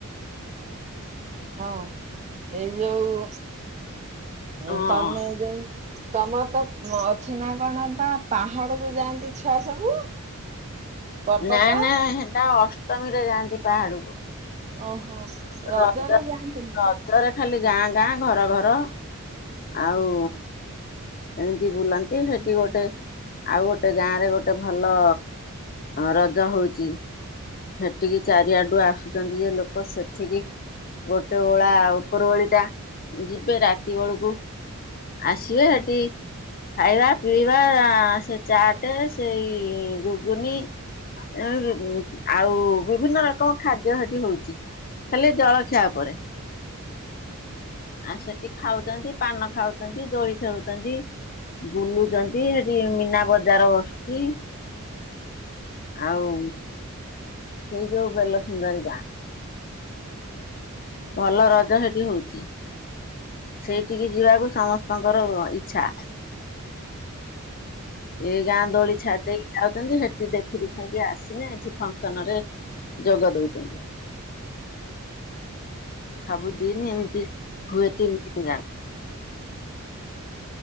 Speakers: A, on the right; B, on the left.
A: ହଁ ଏଇ ଯୋଉ
B: ହଁ
A: ଏ ତମେ ଯୋଉ ତମର ତ ଅଛି ନା କଣ ବା ପାହାଡକୁ ଯାଆନ୍ତି ଛୁଆ ସବୁ। ପର୍ବତ
B: ନା ନା ସେଟା ଅଷ୍ଟମୀରେ ଯାଆନ୍ତି ପାହାଡୁକୁ।
A: ଓହୋ। ରଜରେ
B: ରଜ
A: ଯାଆନ୍ତିନି
B: ରଜରେ ଖାଲି ଗାଁ ଗାଁ ଘର ଘର ଆଉ ଏମିତି ବୁଲନ୍ତି ସେଠି ଗୋଟେ ଆଉ ଗୋଟେ ଗାଁ ରେ ଗୋଟେ ଭଲ ରଜ ହଉଛି। ସେଠିକି ଚାରିଆଡୁ ଆସୁଛନ୍ତି ଏ ଲୋକ ସେଠିକି। ଗୋଟେ ଓଳା ଉପର ବଳିଟା ଯିବେ ରାତି ବେଳକୁ ଆସିବେ ସେଠି ଖାଇବା ପିଇବା ସେ ଚାଟ ସେଇ ଘୁଗୁନି <inaudible> ଆଉ ବିଭିନ୍ନ ରକମ ଖାଦ୍ୟ ସେଠି ହଉଛି ହେଲେ ଜଳଖିଆ ଉପରେ। ଆଉ ସେଠି ଖାଉଛନ୍ତି ପାନ ଖାଉଛନ୍ତି ଦୋଳି ଖେଲୁଛନ୍ତି। ବୁଲୁଛନ୍ତି ସେଠି ମୀନା ବଜାର ବସୁଛି। ଆଉ ସେଇ ଯୋଉ ବେଲସୁୁନ୍ଦରୀ ଗାଁ ଭଲ ରଜ ସେଠି ହଉଛି। ସେଇଠିକି ଯିବାକୁ ସମସ୍ତଙ୍କର ଇଛା। ଏଇ ଗାଁ ଦୋଳି ଛାଡି ଦେଇ ଯାଉଛନ୍ତି ସେଠି ଦେଖି ଦୁଖାଇକି ଆସିନେ ଏଠି ଫଙ୍କସନରେ ଯୋଗ ଦଉଛନ୍ତି। ସବୁଦିନି ଏମିତି ହୁଏ ତିନି ଦିନି ଯାକ।